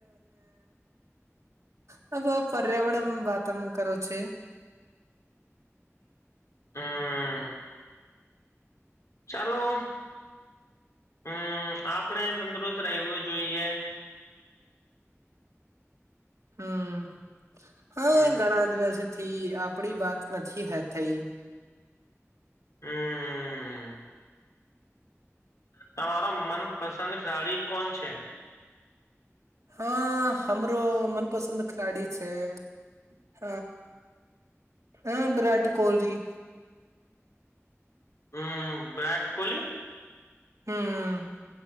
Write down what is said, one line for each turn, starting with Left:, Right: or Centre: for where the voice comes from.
Right: હ હ હ પર્યાવરણ વાત એમ કરો છે
Left: હમ ચાલો હમ આપણે તંદુરસ્ત રહેવું જોઈએ
Right: હમ હા
Left: હમ
Right: ઘણા દિવસે થી આપડી વાત નથી હે થઈ
Left: હમ તમારો મનપસંદ ખેલાડી કોણ છે
Right: હા હમરો મનપસંદ ખેલાડી છે હ હ વિરાટ કોહલી
Left: હમ વિરાટ કોહલી
Right: હમ